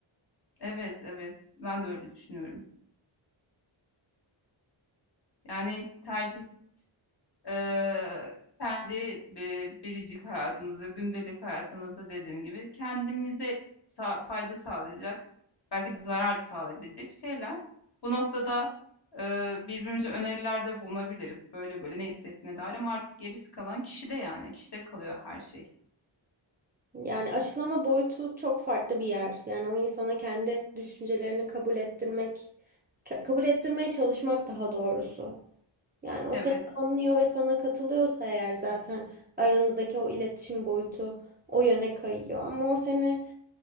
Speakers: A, on the left; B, on the right.
A: Evet, evet. Ben de öyle düşünüyorum. Yani işte tercih eee, kendi bi- biricik hayatımızda, gündelik hayatımızda dediğim gibi kendimize sa- fayda sağlayacak, belki de zarar sağlayabilecek şeyler. Bu noktada eee, birbirimize önerilerde bulunabiliriz. Böyle böyle ne hissettiğine dair ama artık gerisi kalan kişide yani. Kişide kalıyor her şey.
B: Yani aşılama boyutu çok farklı bir yer. Yani o insana kendi düşüncelerini kabul ettirmek, ka- kabul ettirmeye çalışmak daha doğrusu. Yani o
A: Evet.
B: seni anlıyor ve sana katılıyorsa eğer zaten aranızdaki o iletişim boyutu o yöne kayıyor. Ama o seni